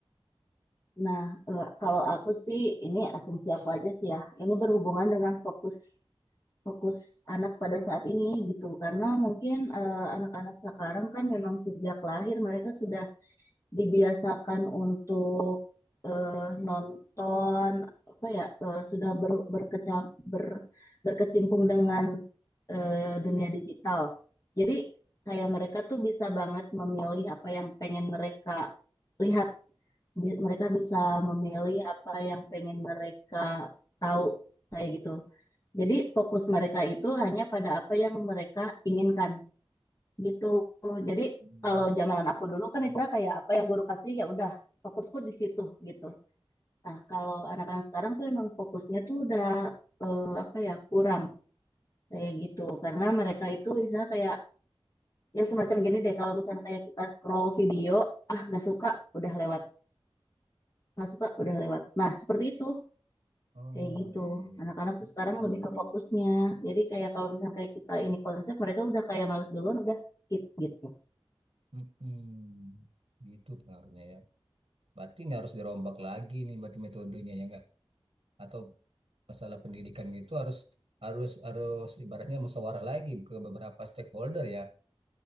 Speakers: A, on the left (about 35°); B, on the right (about 80°).
A: Nah, eh, kalau aku sih ini asumsi aku aja sih ya. Ini berhubungan dengan fokus fokus anak pada saat ini gitu. Karena mungkin eh, anak-anak sekarang kan memang sejak lahir mereka sudah dibiasakan untuk eh, nonton apa ya eh, sudah ber, berkecam- ber- berkecimpung dengan eh, dunia digital. Jadi kayak mereka tuh bisa banget memilih apa yang pengen mereka lihat bi- mereka bisa memilih apa yang pengen mereka tahu kayak gitu. Jadi fokus mereka itu hanya pada apa yang mereka inginkan gitu. Jadi
B: Hmm.
A: kalau zaman aku dulu kan istilah kayak apa yang guru kasih ya udah fokusku di situ gitu. Nah, kalau anak-anak sekarang tuh emang fokusnya tuh udah eh, apa ya kurang kayak gitu karena mereka itu istilah kayak ya semacam gini deh kalau misalnya kayak kita scroll video ah nggak suka udah lewat nggak suka udah lewat nah seperti itu
B: Oh
A: Kayak gitu.
B: iya,
A: Anak-anak tuh sekarang lebih ke fokusnya. Jadi kayak kalau misalnya kayak kita ini konsep, mereka udah kayak males duluan, udah skip gitu.
B: Mm-mm. Gitu pengaruhnya ya. Berarti ini harus dirombak lagi nih, berarti metodenya ya nggak? Atau masalah pendidikan gitu harus harus harus ibaratnya musyawarah lagi ke beberapa stakeholder ya,